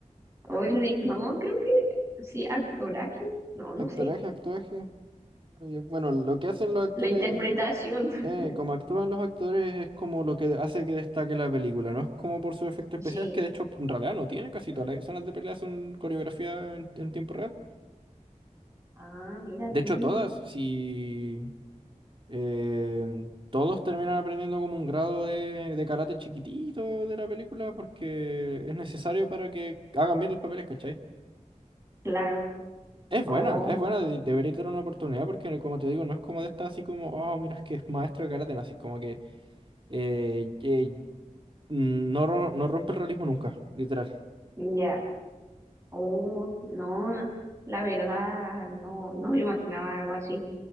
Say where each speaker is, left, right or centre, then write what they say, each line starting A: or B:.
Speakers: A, on the right (about 20°); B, on the right (about 40°).
A: Hoy ni- no, creo que sí, actoraje. No, no
B: actoraje,
A: sé.
B: actuaje. eh, Bueno, lo que hacen los actores,
A: La interpretación. <laughs>
B: eh, como actúan los actores es como lo que hace que destaque la película, no es como por sus efectos especiales,
A: Sí.
B: que de hecho en realidad no tiene casi todas las escenas de pelea son coreografía en, en tiempo real.
A: Ah, mira
B: De
A: tú.
B: hecho todas, si eh, todos terminan aprendiendo como un grado de, de karate chiquitito de la película porque es necesario para que hagan bien los papeles, ¿cachai?
A: Claro.
B: Es
A: Oh,
B: buena, es buena, de- debería tener una oportunidad porque como te digo, no es como de esta así como, oh, mira, es que es maestro de karate, no, así como que eh, eh, mm, no, ro- no rompe el realismo nunca, literal.
A: ya. Oh, no. La verdad, no, no me imaginaba algo así.